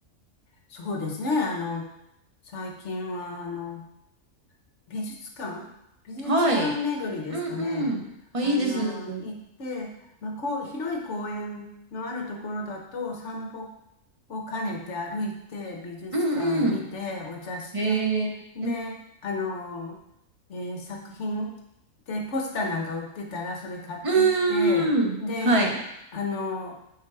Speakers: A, on the left; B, on the right.
A: そうですね、あの、最近は、あの、美術館美術館巡りですかね。
B: はい。うんうん。あ、
A: あの、
B: いいですね。う
A: 行って、まあ、こう、広い公園のあるところだと散歩を兼ねて歩いて、美術館見て、
B: んうん。
A: お茶して、
B: へえ。
A: で、
B: う
A: あの、えー作品でポスターなんか売ってたらそれ買ってきて、
B: ーん。
A: で、
B: はい。
A: あの、